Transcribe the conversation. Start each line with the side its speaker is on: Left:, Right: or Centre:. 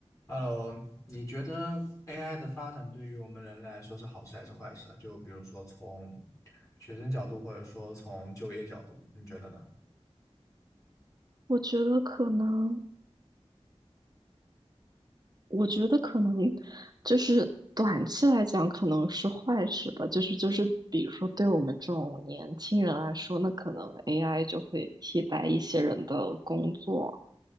Left: Hello，你觉得 AI 的发展对于我们人类来说是好事还是坏事啊？就比如说从学生角度，或者说从就业角度，你觉得呢？
Right: 我觉得可能，我觉得可能就是短期来讲可能是坏事吧，就是就是，比如说对我们这种年轻人来说，那可能 AI 就会替代一些人的工作，